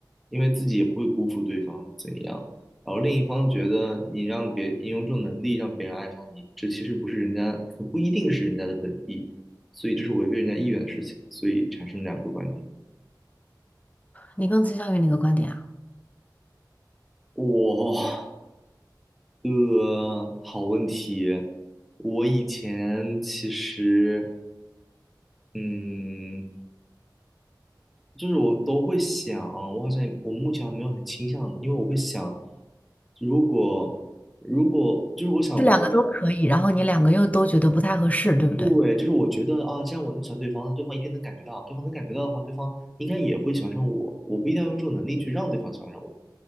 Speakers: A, in the centre; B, on the left.
A: 因为自己也不会辜负对方怎样。然后另一方觉得你让别你用这种能力让别人爱上你，这其实不是人家，可不一定是人家的本意，所以这是违背人家意愿的事情，所以产生两个观点。
B: 你更倾向于哪个观点啊？
A: 哇，呃，好问题。我以前其实。嗯，就是我都会想，我好像我目前还没有很倾向的，因为我会想，如果如果就是我想我
B: 这两个都可以，然后你两个又都觉得不太合适，对不对？
A: 对，就是我觉得啊，既然我那么喜欢对方，那对方一定能感觉到，对方能感觉到的话，对方应该也会喜欢上我。我不一定要用这种能力去让对方喜欢上我，